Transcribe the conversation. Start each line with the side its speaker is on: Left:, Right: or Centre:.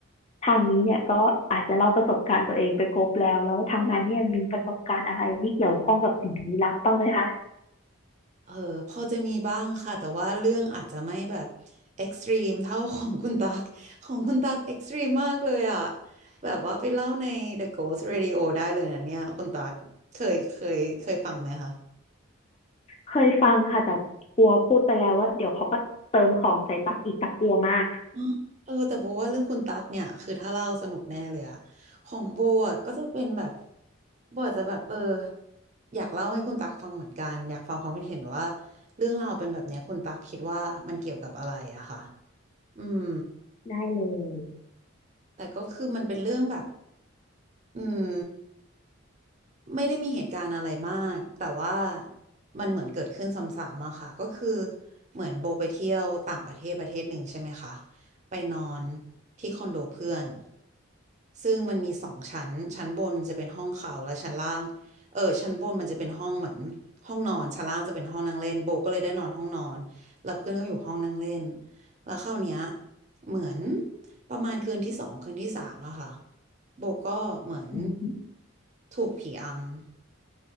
Left: ทางนี้เนี่ยก็อาจจะเล่าประสบการณ์ตัวเองไปครบแล้วแล้วทางนั้นเนี่ยมีประสบการณ์อะไรที่เกี่ยวข้องกับสิ่งลี้ลับบ้างไหมคะ
Right: เออพอจะมีบ้างค่ะแต่ว่าเรื่องอาจจะไม่แบบเอ็กซ์ตรีมเท่าของคุณตัก <laughs> ของคุณตักเอ็กซ์ตรีมมากเลยอ่ะแบบว่าไปเล่าใน The Ghost Radio ได้เลยนะเนี่ยคุณตักเคยเคยเคยฟังไหมคะ
Left: เคยฟังค่ะแต่กลัวพูดไปแล้วว่าเดี๋ยวเขาก็เติมของใส่ตักอีกตักกลัวมาก
Right: อ๋อเออแต่โบว่าเรื่องคุณตั๊กเนี่ยคือถ้าเล่าสนุกแน่เลยอะของโบอะก็จะเป็นแบบโบอาจจะแบบเอออยากเล่าให้คุณตั๊กฟังเหมือนกันอยากฟังความคิดเห็นว่าเรื่องราวเป็นแบบเนี้ยคุณตั๊กคิดว่ามันเกี่ยวกับอะไรอะค่ะอืม
Left: ได้เลย
Right: แต่ก็คือมันเป็นเรื่องแบบอืม ไม่ได้มีเหตุการณ์อะไรมากแต่ว่ามันเหมือนเกิดขึ้นซ้ำๆอะค่ะก็คือเหมือนโบไปเที่ยวต่างประเทศประเทศหนึ่งใช่ไหมคะไปนอนที่คอนโดเพื่อนซึ่งมันมีสองชั้นชั้นบนจะเป็นห้องเขาและชั้นล่างเออชั้นบนมันจะเป็นห้องเหมือนห้องนอนชั้นล่างจะเป็นห้องนั่งเล่นโบก็เลยได้นอนห้องนอนแล้วเพื่อนก็อยู่ห้องนั่งเล่นแล้วคราวเนี้ย เหมือนประมาณคืนที่สองคืนที่สามอะค่ะโบก็เหมือน
Left: อืม
Right: ถูกผีอำ